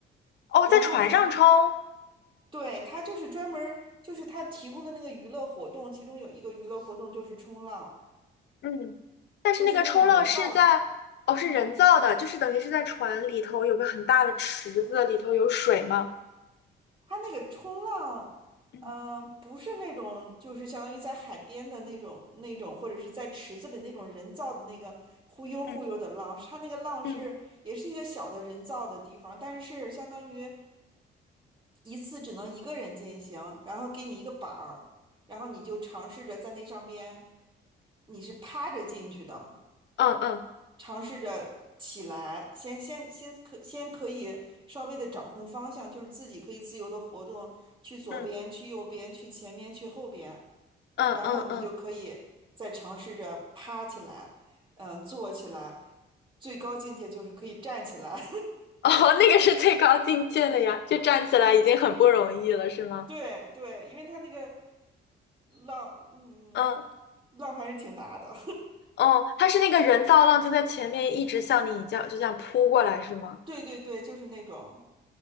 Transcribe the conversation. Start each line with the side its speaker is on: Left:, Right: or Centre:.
Left: 哦，
Right: 然后呢，
Left: 在船上冲，
Right: 对，他就是专门儿就是他提供的那个娱乐活动，其中有一个娱乐活动就是冲浪，
Left: 嗯，但是那个冲浪是在，
Right: 就是那种人造的。
Left: 哦，是人造的，就是等于是在船里头有个很大的池子，里头有水吗？
Right: 它那个冲浪，
Left: 嗯
Right: 呃，不是那种就是相当于在海边的那种那种，或者是在池子里那种人造的那个忽悠忽悠的浪，
Left: 嗯
Right: 它那个浪是也是一个小的人造的地方，
Left: 嗯
Right: 但是是相当于一次只能一个人进行，然后给你一个板儿，然后你就尝试着在那上边，你是趴着进去的。
Left: 嗯嗯嗯。
Right: 尝试着起来，先先先可先可以稍微的掌控方向，就是自己可以自由的活动，去左边，
Left: 嗯
Right: 去右边，去前面，去后边，
Left: 嗯嗯嗯，
Right: 然后你就可以再尝试着趴起来，嗯，坐起来，最高境界就是可以站起来。
Left: 哦，<laughs> 那个是最高境界了呀，就站起来已经很不容易了，是吗？
Right: <laughs> 对对，因为它那个浪，嗯，
Left: 嗯，
Right: 浪还是挺大的。
Left: 哦，他是那个人造浪就在前面一直向你这样就这样扑过来，是吗？
Right: <laughs> 对对对，就是那种，